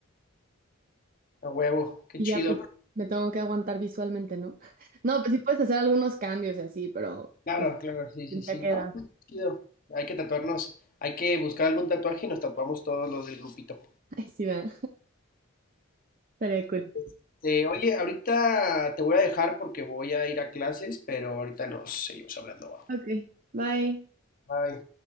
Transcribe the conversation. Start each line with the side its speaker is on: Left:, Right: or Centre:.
Left: A huevo, qué
Right: Y
Left: chido.
Right: ya pues me tengo que aguantar visualmente, ¿no? <laughs> No, pues sí puedes hacer algunos cambios y así, pero
Left: Claro,
Right: pues
Left: claro, sí, sí,
Right: ya
Left: sí,
Right: queda.
Left: ¿no? pues, Qué Chido. Hay que tatuarnos, hay que buscar algún tatuaje y nos tatuamos todos los del grupito.
Right: <laughs> Ahí sí va. Estaría cool.
Left: Este, oye, ahorita te voy a dejar porque voy a ir a clases, pero ahorita nos seguimos hablando. va.
Right: Ok, bye.
Left: Bye.